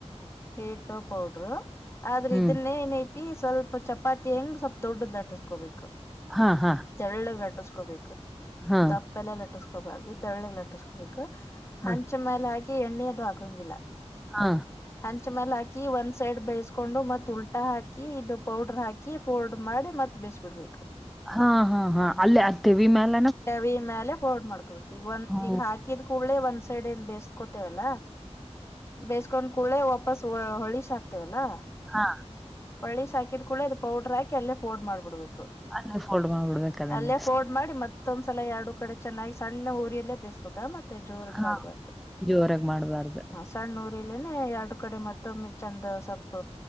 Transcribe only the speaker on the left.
ಹಏಟೋ ಪೌಡ್ರು ಆದ್ರೆ
ಇದನ್ನ ಏನೈತಿ ಸ್ವಲ್ಪ ಚಪಾತಿ ಹೆಂಗ್ ಸ್ವಲ್ಪ ದೊಡ್ಡದ್ ಲಟಸ್ಕೋಬೇಕು
ತೆಳ್ಳಿಗ್ ಲಟ್ಟಸ್ಕೋಬೇಕು
ದಪ್ಪ ಎಲ್ಲ ಲಟ್ಟಸ್ಕೋಬಾರ್ದು ತೆಳ್ಳಗ್ ಲಟ್ಟಸ್ಕೋಬೇಕ
ಹಂಚ ಮೇಲೆ ಹಾಕಿ ಎಣ್ಣೆದು ಹಾಕಂಗಿಲ್ಲ
ಹೆಂಚ ಮೇಲೆ ಹಾಕಿ ಒಂದ್ ಸೈಡ್ ಬೇಯಸ್ಕೊಂಡು ಮತ್ ಉಲ್ಟಾ ಹಾಕಿ ಇದು ಪೌಡ್ರರ್ ಹಾಕಿ ಫೋಡ್ ಮಾಡಿ ಮತ್ ಬೇಿಸಬ ಕೊಡ್ಬೇಕು
ಚವಿ ಮೇಲೆ ಪೋರ್ಡ್ ಮಾಡ್ಕೋಬೇಕು ಈಗ ಒಂದ
ಈಗ ಹಾಕ ಿದ ಕೂಳ್ಳೆ ಒಂದ್ ಸೈಡ್ ಏನ್ ಬೇಕೋತೇವಲ್ಲ ಬೇ ಕೊಂಡ್ ಕೂಳ್ಳೆ ವಾಪಸ್ ಹೊಳಶ್ಾಕ್ತೇವಲ್ಲಾ
ಪಳ್ಳಿ ಸಾಾಕಿದ್ ಕೂಳ್ಳ ಅದು ಪೌಡ್ರ ಹಾಕಿ ಅಲ್ಲೇ ೋಡ್ ಮಾಡ್ಬಿಡ್ಬೇಕು
ಅಲ್ಲೇ ಫೋಲ್ಡ್ ಮಾಡಿ ಮತ್ತೊಂದ್ಸಲ ಎರಡು ಕಡೆ ಚೆನ್ನಾಗಿ ಸಣ್ಣ ಊರಿಯಲ್ಲೇ ಬೇಸ ಮತ್ತೆ ಜೋರ್
ಮಾಡ್ಬಾರ್ದು
ಸಣ್ಣ ಊರಿಲ್ಲನೆ ಎರಡು ಕಡೆ ಮತ್ತೊಮ್ಮೆ ಚಂದ ಸೊಪ್ಪ